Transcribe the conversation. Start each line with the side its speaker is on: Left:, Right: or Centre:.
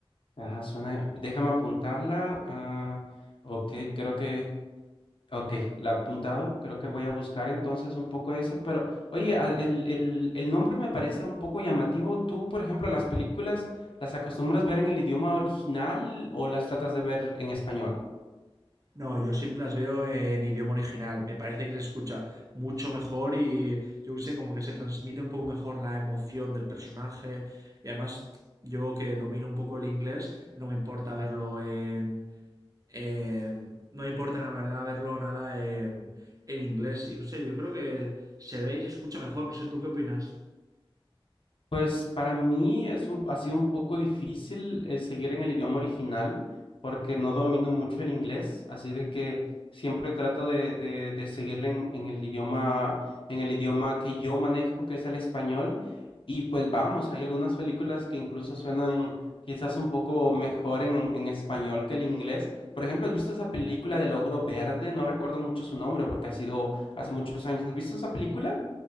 Left: Ajá, suena, déjame apuntarla. ah, ok, creo que Ok, la he apuntado. Creo que voy a buscar entonces un poco de eso. Pero, oye, a- el, el, el nombre me parece un poco llamativo. ¿Tú, por ejemplo, las películas las acostumbras ver en el idioma original o las tratas de ver en español?
Right: No, yo siempre las veo en idioma original. Me parece que se escucha mucho mejor y yo qué sé, como que se transmite un poco mejor la emoción del personaje. Y además, yo que domino un poco el inglés, no me importa verlo en... en- no me importa la verdad verlo nada en, en inglés. Y no sé, yo creo que se ve y se escucha mejor. No sé, ¿tú qué opinas?
Left: Pues para mí es un- ha sido un poco difícil eh, seguir en el idioma original porque no domino mucho el inglés, así de que siempre trato de, de, de seguirle en, en el idioma, en el idioma que yo manejo, que es el español. Y pues vamos, hay algunas películas que incluso suenan quizás un poco mejor en, en español que el inglés. Por ejemplo, ¿has visto esa película del Ogro Verde? No recuerdo mucho su nombre porque ha sido hace muchos años. ¿Has visto esa película?